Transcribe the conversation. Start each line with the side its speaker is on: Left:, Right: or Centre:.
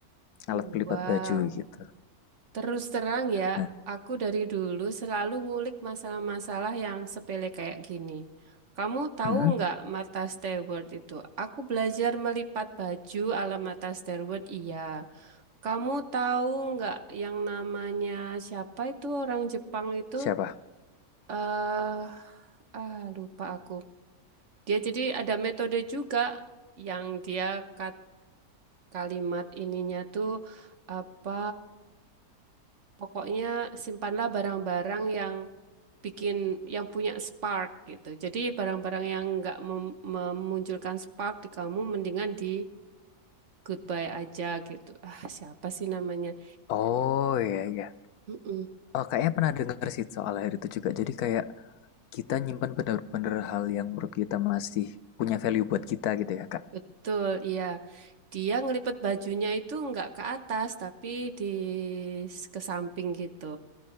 Right: Wow.
Left: Alat pelipat baju gitu.
Right: Terus terang ya,
Left: Nah,
Right: aku dari dulu selalu ngulik masalah-masalah yang sepele kayak gini. Kamu tahu
Left: hmm,
Right: nggak Martha Stewart itu? Aku belajar melipat baju ala Martha Stewart, iya. Kamu tahu nggak yang namanya siapa itu orang Jepang itu?
Left: siapa?
Right: Eh, ah lupa aku. Dia jadi ada metode juga yang dia kat- kalimat ininya tuh apa pokoknya simpanlah barang-barang yang bikin yang punya spark gitu. Jadi barang-barang yang nggak mem- memunculkan spark di kamu mendingan di goodbye aja gitu. Ah, siapa sih namanya?
Left: Oh iya iya.
Right: Mm-mm,
Left: Oh, kayaknya pernah dengar sih soal hal itu juga. Jadi kayak kita nyimpan bener-bener hal yang menurut kita masih punya value buat kita gitu ya, Kak.
Right: betul, iya. Dia ngelipet bajunya itu nggak ke atas tapi di s- ke samping gitu.